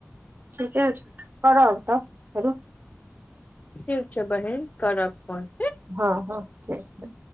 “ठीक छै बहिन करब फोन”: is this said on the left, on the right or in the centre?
Left